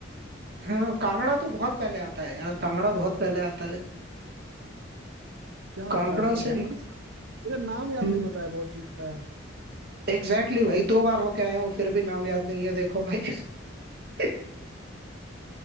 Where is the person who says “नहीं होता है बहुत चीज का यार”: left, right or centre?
Right